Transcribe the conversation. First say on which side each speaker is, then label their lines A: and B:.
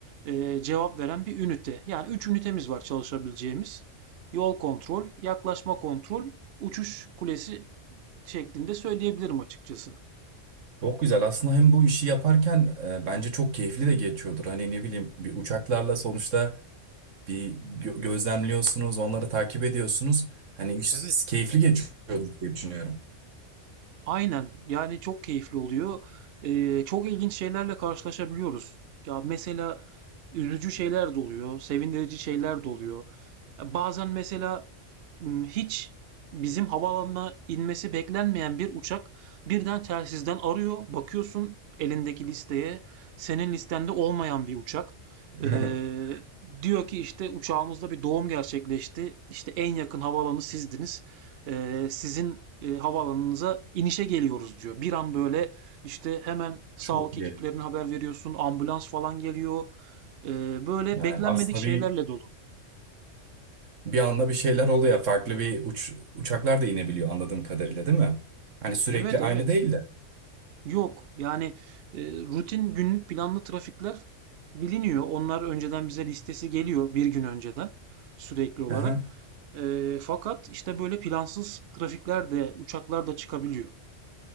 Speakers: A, on the right; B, on the right.
A: e, cevap veren bir ünite. Yani 3 ünitemiz var çalışabileceğimiz. Yol kontrol, yaklaşma kontrol, uçuş kulesi şeklinde söyleyebilirim açıkçası.
B: Çok güzel. Aslında hem bu işi yaparken e, bence çok keyifli de geçiyordur. Hani ne bileyim bir uçaklarla sonuçta bir gö- gözlemliyorsunuz, onları takip ediyorsunuz. Hani iş
A: Evet,
B: keyifli geçiyordur diye düşünüyorum.
A: Aynen. Yani çok keyifli oluyor. Ee, çok ilginç şeylerle karşılaşabiliyoruz. Ya mesela üzücü şeyler de oluyor, sevindirici şeyler de oluyor. Ya Bazen mesela Hmm, hiç bizim havaalanına inmesi beklenmeyen bir uçak birden telsizden arıyor. Bakıyorsun elindeki listeye senin listende olmayan bir uçak.
B: <laughs>
A: Ee, diyor ki işte uçağımızda bir doğum gerçekleşti. İşte en yakın havaalanı sizdiniz. Ee, sizin e, havaalanınıza inişe geliyoruz diyor. Bir an böyle işte hemen sağlık
B: Çok iyi.
A: ekiplerine haber veriyorsun. Ambulans falan geliyor. Ee, böyle
B: Yani
A: beklenmedik
B: aslında
A: şeylerle
B: bir
A: dolu.
B: bir anda bir şeyler oluyor. Farklı bir uç, uçaklar da inebiliyor anladığım kadarıyla değil mi? Hani sürekli
A: Evet
B: aynı
A: evet.
B: değil de.
A: Yok. Yani e, rutin günlük planlı trafikler biliniyor. Onlar önceden bize listesi geliyor bir gün önceden sürekli olarak.
B: Aha,
A: E, fakat işte böyle plansız trafikler de uçaklar da çıkabiliyor.